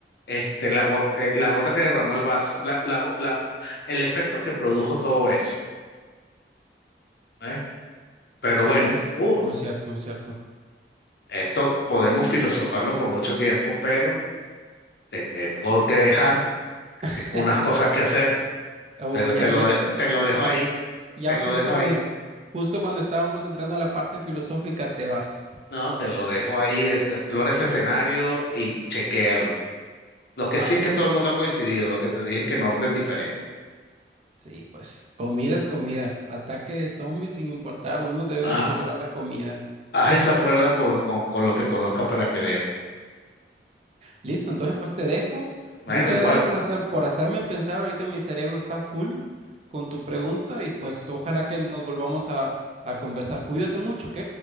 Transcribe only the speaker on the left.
este, la, go- eh, la gota que derramó el vaso, la, la go- la- el efecto que produjo todo eso. ¿eh? Pero bueno,
uh,
esto podemos filosofarlo por mucho tiempo, pero... te- tengo que dejar, que
tengo unas cosas que hacer,
pero
te lo,
de- te lo dejo
ahí,
te
lo dejo ahí.
No, te lo dejo ahí, eh, explora ese escenario y chequéalo. Lo que
sí es
que todo el mundo ha coincidido, lo que te dije que en orden diferente.
Ah,
haz esa prueba con, con, con lo que conozcas para que veas.
Bueno,
igual,